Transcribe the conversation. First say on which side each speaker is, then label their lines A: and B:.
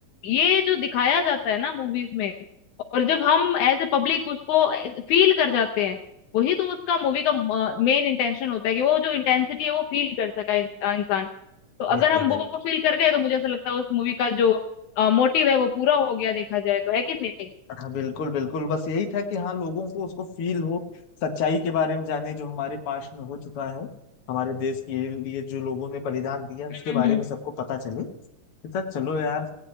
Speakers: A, on the left; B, on the left.
A: ये जो दिखाया जाता है ना मूवीज में और जब हम एज ए पब्लिक उसको फील कर जाते हैं वही तो उसका मूवी का मेन इंटेंशन होता है कि वो जो इंटेंसिटी है वो फील कर सका इन- अ, इंसान तो
B: ये
A: अगर हम
B: तो है
A: वो फील कर गए तो मुझे ऐसा लगता है उस मूवी का जो मोटिव है वो पूरा हो गया देखा जाए तो है कि नहीं
B: हाँ बिल्कुल बिल्कुल बस यही था कि हाँ लोगों को उसको फील हो सच्चाई के बारे में जाने जो हमारे पास्ट में हो चुका है हमारे देश के लिए जो लोगों ने बलिदान दिया उसके
A: हम्म
B: बारे
A: हम्म
B: में सबको पता चले तो सर चलो यार